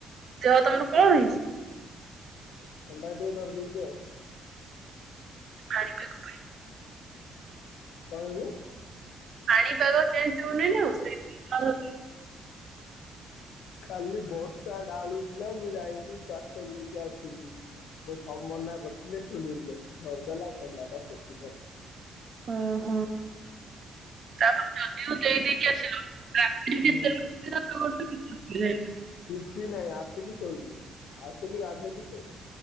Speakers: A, on the right; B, on the left.
A: ଦେହ ତମର କଣ ହେଇଛି?
B: ଥଣ୍ଡା ଟିକେ ଧରରି ଦେଇଛି ଆଉ
A: କଣି <unintelligible>
B: କଣ ହେଇଛି?
A: ପାଣିପାଗ ଚେଞ୍ଜ ହଉନିନୁ ସେ ତ
B: ଖାଲି ବର୍ଷା ଢାଳୁଥିଲା ମୁଁ ଯାଇକି ପାର୍ସଲ ଦେଇକି ଆସିଲି। ମୁଁ ସବୁ ମନା କରିଥିଲେ ଶୁଣିଲେ ଧରିଦଲା ଥଣ୍ଡା ଟା ସେଥିପାଇଁ।
A: ଓ ହୋ ତାପରେ ଯଦି ଦେଇ ଦେଇକି ଆସିଲ ରାତ
B: ହୁଁ
A: ଦ <unintelligible>
B: କିଛି ନାହିଁ ଆସିଲି ଶୋଇଲିୁ ଆସିଲି ଗାଧୋଇଲିି ଶୋଇଲି।